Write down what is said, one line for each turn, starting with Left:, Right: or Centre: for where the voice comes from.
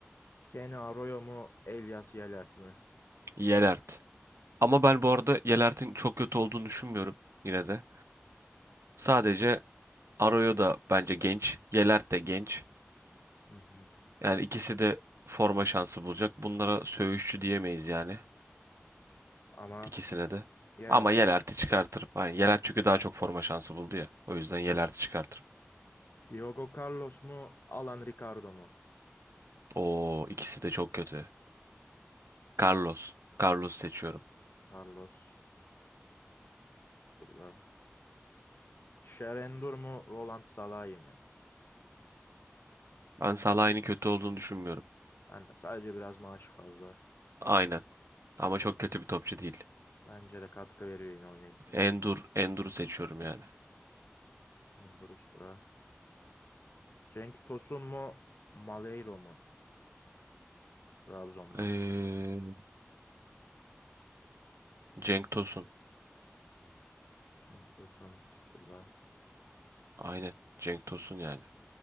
Left: Kenny Arroyo mu, Elias Yelert mi?
Right: Yelert. Ama ben bu arada Yelert'in çok kötü olduğunu düşünmüyorum yine de. Sadece Arroyo da bence genç. Yelert de genç.
Left: Hı hı.
Right: Yani ikisi de forma şansı bulacak. Bunlara söğüşçü diyemeyiz yani.
Left: Ama
Right: İkisine de.
Left: Yelert
Right: Ama Yelert'i
Left: biliyorsun.
Right: çıkartırım. Yani Yelert çünkü daha çok forma şansı buldu ya. O yüzden Yelert'i çıkartırım.
Left: Diogo Carlos mu, Alan Ricardo mu?
Right: Oo ikisi de çok kötü. Carlos. Carlos seçiyorum.
Left: Carlos üst turda. Şerendur mu, Roland Salahi mi?
Right: Ben Salah'ın kötü olduğunu düşünmüyorum.
Left: Ben de sadece biraz maaşı fazla.
Right: Aynen. Ama çok kötü bir topçu değil.
Left: Bence de katkı veriyor yine oynayınca.
Right: Endur. Endur'u seçiyorum yani.
Left: Endur üst tura. Cenk Tosun mu? Maleiro mu? Trabzon'dan.
Right: Ee, Cenk Tosun.
Left: Cenk Tosun üst turda.
Right: Aynen. Cenk Tosun yani.